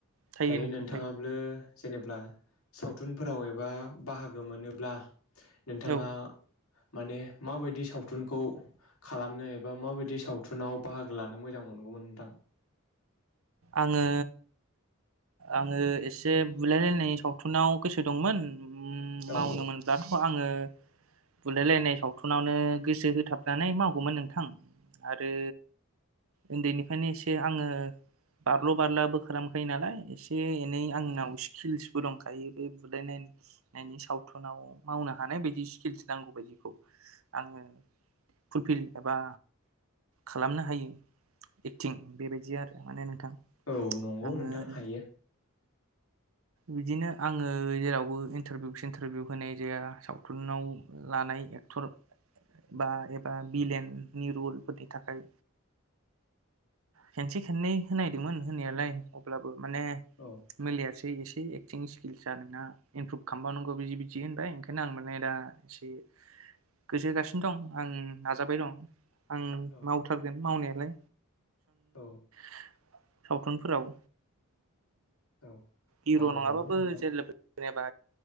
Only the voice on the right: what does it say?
थायो
नोंथां
थायो
औ
आंङो आंङो एसे बुलायलायनाय सावथुनाव गोसो दंमोन ओम
मावनो मोनब्लाथ आंङो बुलायलायनाय सावथुनावनो गोसो होथाबनानै मावगौमोन नोंथां आरो उन्दैनिफ्रायनो एसे आंङो बारल' बारलाबो खालामखायो नालाय एसे एनै आंनाव स्किल्सबो दंखायो बे बुलायनायनि सावथुनाव मावनो हानाय बायदि स्किल्स नांगौ बदिखौ आंङो फुलफिल एबा खालामनो हायो एक्टिं बेबायदि आरो माने नोंथां
आङो
बिदिनो आंङो जेरावबो इन्टारभिउ सिन्टारभिउ होनाय जाया सावथुनाव लानाय एक्टर बा एबा बिलेननि रलफोरनि थाखाय खेनसे खननै होनायदोंमोन होननायालाय अब्लाबो माने
मिलियासै <inaudible> एसे एक्टिं स्किल्स आ नोंना इमप्रुभ खालामबावनांगौ बिदि बिदि होनबाय ओंखायनो आं माने दा एसे गोसो होगासिनो दं आं नाजाबाय दं आं
मावथारगोन मावनाया नै
<inaudible> सावथुनफोराव
हिर'
नङाबाबो
जे जेनेबा